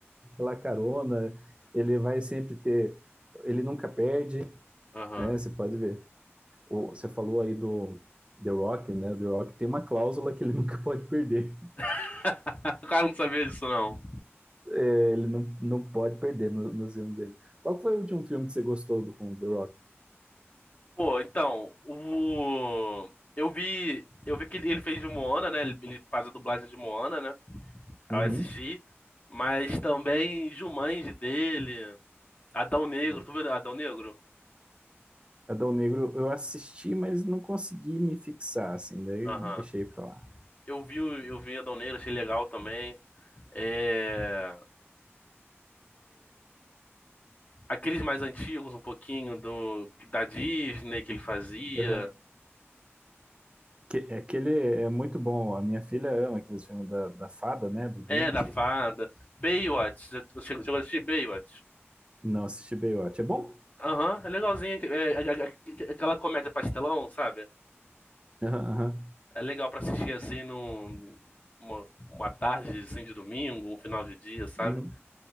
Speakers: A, on the right (about 25°); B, on the left (about 35°).
A: pela carona, ele vai sempre ter... Ele nunca perde,
B: Aham.
A: né? Você pode ver o- você falou aí do The Rock, né? The Rock tem uma cláusula que ele <laughs> nunca pode perder.
B: <laughs> O cara não sabia disso, não.
A: É, ele não, não pode perder no, no filme dele. Qual foi o último filme que você gostou do, com o The Rock?
B: Pô, então, o. Eu vi. Eu vi que ele ele fez de Moana, né? Ele ele faz a dublagem de Moana, né? ao
A: Uhum.
B: assisti, mas também Jumanji dele, Adão Negro,
A: Bom.
B: tu viu Adão Negro?
A: é Adão Negro eu assisti, mas não consegui me fixar, assim, daí
B: Aham.
A: deixei pra lá.
B: Eu vi, o- eu vi Adão Negro, achei legal também. É, Aqueles mais antigos, um pouquinho do da Disney que ele fazia.
A: Uhum. Que, aquele é muito bom. A minha filha ama aqueles filmes da, da fada, né? Do dente.
B: É, da Fada. Baywatch, você chegou, chegou a assistir Baywatch?
A: Não assisti Baywatch. É bom?
B: Aham, é legalzinho. É, é, é, é, aquela comédia pastelão, sabe?
A: Aham, aham.
B: É legal pra assistir assim num, uma, uma tarde assim, de domingo, um final de dia, sabe?
A: Uhum.